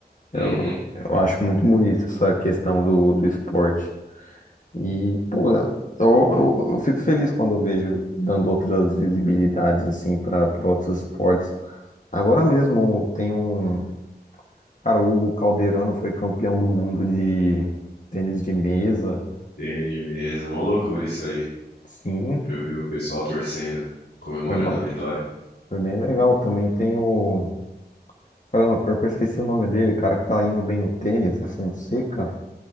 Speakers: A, on the left (about 45°); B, on the left (about 85°).
A: Eu,
B: Uhum.
A: eu acho muito bonito essa questão do, do esporte. E, pô, eu, eu, eu fico feliz quando eu vejo dando outras visibilidades, assim, para outros esportes. Agora mesmo tem um. Cara, o Hugo Calderano foi campeão do mundo de tênis de mesa.
B: Tênis de mesa, mó loucura isso aí.
A: Sim,
B: Eu vi o pessoal torcendo, comemorando
A: foi uma-
B: a vitória.
A: Foi bem legal. Também tem o. Caramba, pior que eu esqueci o nome dele, cara, que tá indo bem no tênis, é Fonseca.